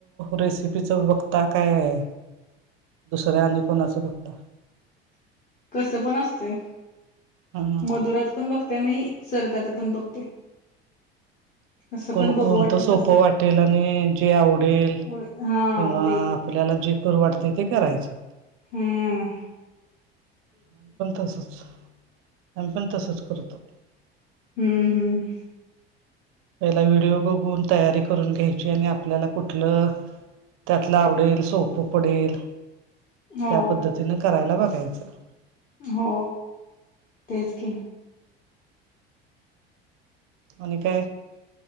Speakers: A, on the right; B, on the left.
A: रेसिपीच बघता..... आता काय दुसऱ्या आणि कोणाचं फक्त....
B: कस पण असतंय
A: हम्म
B: मधुराचं पण बघतेय, आणि सरिताच पण बघते.. असं
A: कोण
B: पण बघू
A: कोणतं
B: वाटेल
A: सोपं
B: तसं
A: वाटेल, आणि जे आवडेल किंवा....
B: पुढे हा ते
A: आपल्याला जे करू वाटत ते करायचं.....
B: हम्......
A: आम पण तसच आम पण तसच करतो.
B: हम्म हम्म...
A: पहिला व्हिडिओ बघून तयारी करून घ्यायची, आणि आपल्याला कुठलं..... त्यातला आवडेल सोपं पडेल,
B: हो
A: त्या पद्धतीने करायला बघायचं....
B: हो तेच की...
A: आणि काय